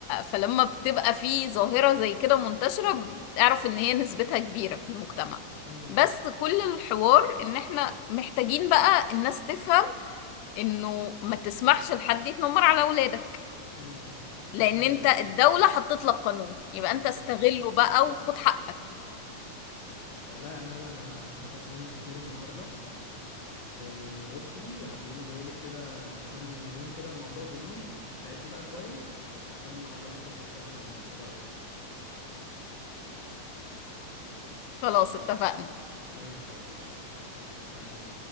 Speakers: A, on the left; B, on the left.
A: فلما بتبقى في ظاهرة زي كده منتشرة اعرف ان هي نسبتها كبيرة في المجتمع
B: مم،
A: بس كل الحوار ان احنا محتاجين بقى الناس تفهم انه ما تسمحش لحد يتنمر على اولادك
B: مم.
A: لان
B: ده حقيقي
A: انت الدولة حطت لك قانون يبقى
B: ده
A: انت
B: حقيقي
A: استغله بقى وخد حقك
B: والله يا أمال أنا استفدت منك كتير النهاردة وبصي هتلاقيني جاي لك كده كمان يومين كده بموضوع جديد استعدي بقى كويس عشان محضر لك شوية أسئلة حلوين ايه رأيك
A: خلاص
B: تمام
A: اتفقنا
B: زي الفل خلاص استنيني